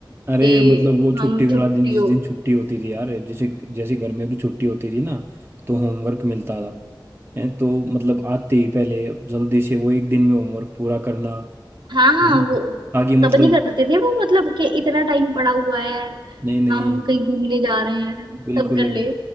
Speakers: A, on the right; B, on the right.
A: अरे
B: कि
A: मतलब वो
B: हम
A: छुट्टी वाला
B: छुट्टियों
A: दिन जिस दिन छुट्टी होती थी यार जैसे जैसे गर्मियों की छुट्टी होती थी ना तो होमवर्क मिलता था है तो मतलब आते ही पहले जल्दी से वो एक दिन में होमवर्क पूरा करना
B: हाँ
A: है ना?
B: वो
A: ताकि मतलब
B: तब नहीं करते थे वो मतलब कि इतना टाइम पड़ा हुआ है
A: नहीं नहीं
B: हम कहीं घूमने जा रहे हैं
A: बिल्कुल
B: तब कर ले